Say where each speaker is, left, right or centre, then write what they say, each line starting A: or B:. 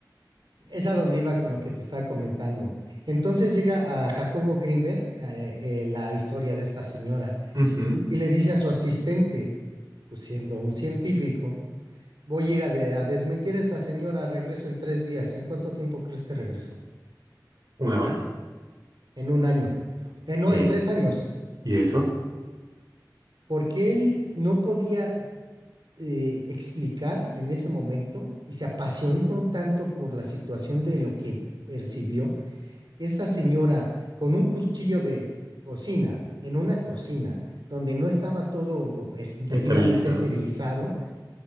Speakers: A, on the right; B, on the right.
A: Es a donde iba con lo que te estaba comentando. Entonces llega a Jacobo Greenberg eh, eh, la historia de esta señora
B: Ujú,
A: y le dice a su asistente, pues siendo un científico, voy a ir a, de- a desmentir a esta señora, regreso en tres días. ¿En cuánto tiempo crees que regresó?
B: ¿Una hora?
A: En un año. Eh, no,
B: ¿Qué?
A: en tres años.
B: ¿Y eso?
A: Porque él no podía eh, explicar en ese momento y se apasionó tanto por la situación de lo que percibió que esa señora con un cuchillo de cocina, en una cocina donde no estaba todo es- debidamente
B: ¿Está realizado?
A: esterilizado,